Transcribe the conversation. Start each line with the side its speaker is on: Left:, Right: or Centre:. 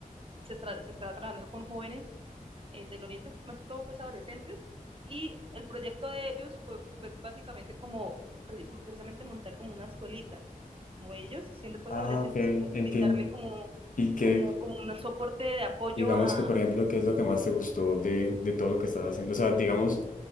Right: se, tra- se está trabajando con jóvenes eh, del Oriente, más que todo pues adolescentes, y el proyecto de ellos fue básicamente como pre precisamente montar como una escuelita, como ellos siendo pues
Left: Ah,
Right: adolescentes,
Left: ok,
Right: como
Left: entiendo.
Right: brindarle como,
Left: Y que,
Right: como, como un soporte de apoyo
Left: digamos
Right: a,
Left: que, por ejemplo, ¿qué es lo que más te gustó de, de todo lo que estás haciendo? O sea, digamos,